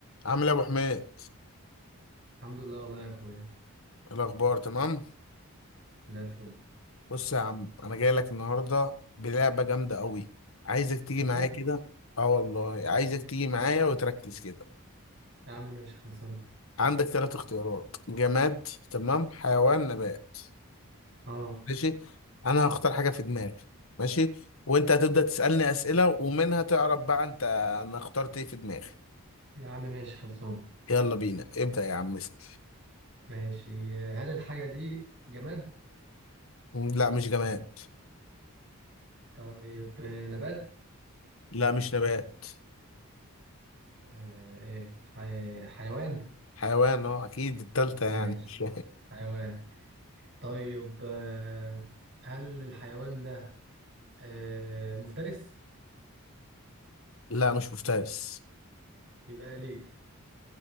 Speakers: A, on the left; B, on the right.
A: عامل ايه يا ابو حميد
B: الحمد لله والله يا اخويا
A: إيه الاخبار تمام
B: زي الفل
A: بص يا عم انا جاي لك النهارده بلعبه جامده قوي عايزك تيجي
B: بجد
A: معايا كده اه والله عايزك تيجي معايا وتركز كده
B: يا عم ماشي خلصان
A: عندك ثلاث اختيارات جماد تمام حيوان نبات
B: اه
A: ماشي انا هختار حاجه في دماغي ماشي وانت هتبدا تسالني اسئله ومنها تعرف بقى انت انا اخترت ايه في دماغي
B: يا عم ماشي خلصان
A: يلا بينا ابدا يا عم اسال
B: ماشي آه، هل الحاجة دي جماد
A: لا مش جماد
B: طيب آه، نبات
A: لا مش نبات
B: آه ايه حي... حيوان
A: حيوان اه اكيد التالتة يعني
B: ماشي
A: <laughs> مش
B: حيوان طيب آه هل الحيوان ده آه مفترس
A: لا مش مفترس
B: يبقى أليف